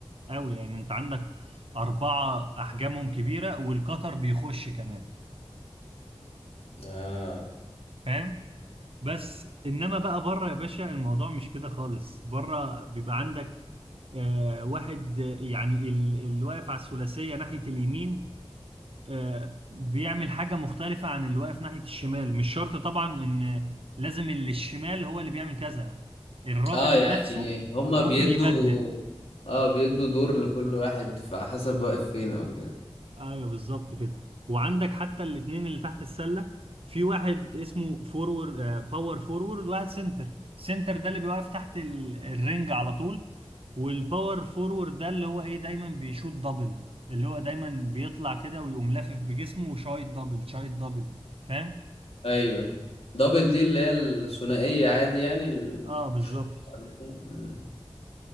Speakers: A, on the right (about 60°); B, on the left (about 70°).
A: قوي لان انت عندك اربعة احجامهم كبيرة والقطر بيخش كمان
B: اه
A: فاهم بس انما بقى بره يا باشا الموضوع مش كده خالص بره بيبقى عندك آه واحد آه، يعني ال- اللي واقف على الثلاثية ناحية اليمين آه، بيعمل حاجة مختلفة عن اللي واقف ناحية الشمال مش شرط طبعا ان لازم اللي الشمال هو اللي بيعمل كذا الراجل
B: اه يعني
A: نفسه
B: هما
A: ممكن
B: بيدوا
A: يبدل
B: اه بيدوا دور لكل واحد فحسب واقف فين او كده
A: ايوه بالظبط كده وعندك حتى الاتنين اللي تحت السلة في واحد اسمه فورورد آه، باور فورورد واحد سنتر سنتر ده اللي بيوقف تحت ال- الرنج على طول والباور فورورد ده اللي هو ايه دايما بيشوط دبل اللي هو دايما بيطلع كده ويقوم لافف بجسمه وشايط دبل شايط دبل فاهم
B: ايوه دبل دي اللي هي الثنائية عادي يعني ال-
A: اه بالظبط
B: الشوط بعد كده. مم.